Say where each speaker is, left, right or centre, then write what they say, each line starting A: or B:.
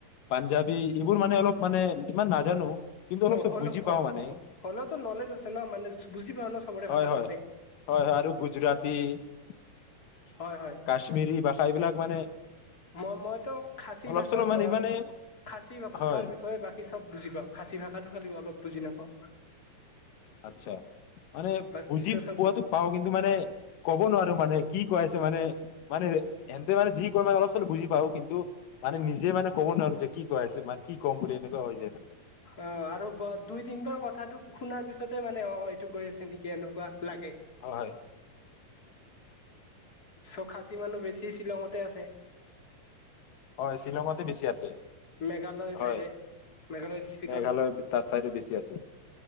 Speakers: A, on the left (about 75°); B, on the left (about 25°).
A: পাঞ্জাবী এইবোৰ মানে অলপ মানে ইমান নাজানো। কিন্তু অলপ চব
B: হলে
A: বুজি
B: হ-হ-হ
A: পাওঁ মানে
B: হলেওটো নলেজ আছে ন মানে বুজি পাও ন। চবৰে
A: হয়-হয়-হয়-হয়
B: ভাষা চবে
A: আৰু গুজৰাটী। <unintelligible>
B: হয়-হয়,
A: কাশ্মিৰী ভাষা এইবিলাক মানে
B: মই-মইতো খাচী
A: অলপ
B: ভাষাৰ
A: চলপ মানে
B: বা
A: ইমানে
B: খাচী ভাষাৰ
A: হয়
B: বিষয়ে বাকী চব বুজি পাওঁ, খাচী ভাষাটো খালি অলপ বুজি নাপাওঁ।
A: আচ্ছাঁ, মানে
B: বাকীতো
A: বুজি
B: চব
A: পোৱাতো
B: পাওঁ
A: পাও কিন্তু মানে ক'ব নোৱাৰো মানে কি কৈ মানে-মানে এনতে মানে যি কয় মানে অলপ চল বুজি পাওঁ, কিন্তু মানে নিজে মানে ক'ব নোৱাৰো যে কি ক আছে মানে কি ক'ম বুলি এনেকুৱা হয় যায়।
B: অ আৰু ব দুই তিন-বাৰ কথাটো শুনাৰ পিছতে মানে অ এইটো কৈ আছে নেকি এনেকুৱা। লাগে।
A: হয়
B: ছ খাচী মানুহ বেছি শ্বিলঙতে আছে।
A: হয় শ্বিলঙতে বেছি আছে,
B: মেঘালয়
A: হয়
B: চাইডে মেঘালয় ডিষ্ট্ৰিক্টত
A: মেঘালয় তাৰ ছাইডে বেছি আছে।